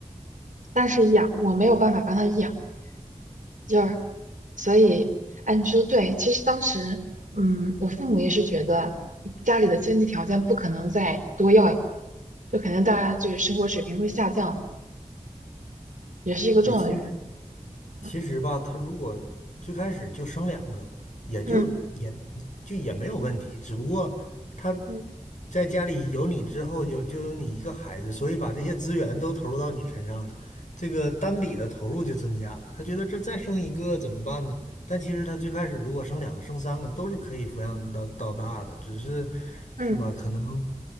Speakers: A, on the right (about 80°); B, on the left (about 70°).
A: 但是养我没有办法帮他养就是所以，哎，你说的对。其实当时，嗯，我父母也是觉得家里的经济条件不可能再多要一个，就肯定大家就是生活水平会下降，也是一个重要的原因。
B: 对，其实。
A: 嗯
B: 其实吧，他如果最开始就生两个，也就也
A: 嗯
B: 就也没有问题。只不过他
A: 嗯
B: 在家里有你之后，有就有你一个孩子，所以把这些资源都投入到你身上了，这个单笔的投入就增加了。他觉得这再生一个怎么办呢？但其实他最开始如果生两个、生三个都是可以抚养到到大的，只是
A: 嗯，
B: 是吧？可能